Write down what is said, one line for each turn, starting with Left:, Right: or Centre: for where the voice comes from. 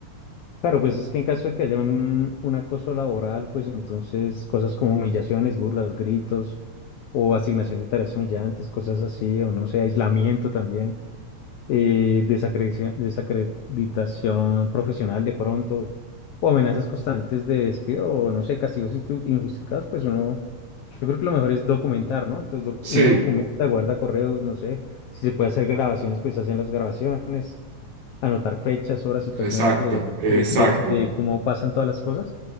Left: Claro, pues es que en caso de que haya un, un acoso laboral, pues entonces cosas como humillaciones, burlas, gritos o asignación de tareas humillantes, cosas así, o no sé, aislamiento también. eh, desacredici- desacreditación profesional de pronto, o amenazas constantes de despido, o no sé, castigos intu- injustificados, pues uno, yo creo que lo mejor es documentar, ¿no? Entonces doc-
Right: Sí,
Left: uno documenta, guarda correos, no sé, si se puede hacer grabaciones, pues hacen las grabaciones anotar fechas, horas, situaciones
Right: exacto,
Left: de,
Right: exacto.
Left: de, de- de cómo pasan todas las cosas